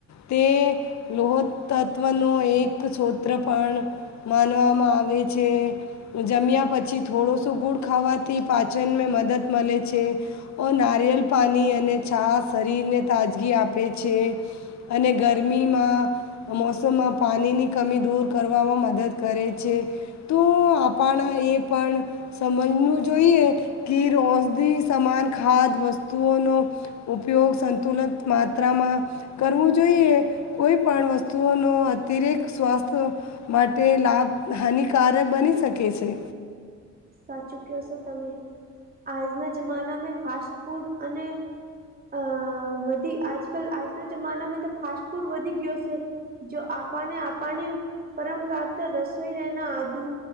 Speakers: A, on the left; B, on the right.
A: તે લોહ તત્વનો એક સોત્ર પણ માનવામાં આવે છે જમ્યા પછી થોડોસો ગુળ ખાવાથી પાચનને મદદ મળે છે ઓ નારિયેલ પાણી અને છાસ શરીરને તાજગી આપે છે અને ગરમીમાં મોસમમાં પાણીની કમી દૂર કરવામાં મદદ કરે છે તો પણ એ પણ સમજવું જોઈએ કે ઔષધ સામન ખાદ વસ્તુઓનો ઉપયોગ સંતુલિત માત્રામાં કરવું જોઈએ કોઈ પણ વસ્તુઓનો અતિરેિકત સ્વાસ્થ માટે લાભ હાનિકારક બની શકે છે
B: સાચુંક્યો છો તમે આજના જમાનામાં ફાસ્ટ ફૂડ અને અ વધી આજ કલ આજકાલ જમાનામાં તો ફાસ્ટ ફૂડ વધી ગયો છે જો આપને આપને પરમગત રસોઈનેના આદુ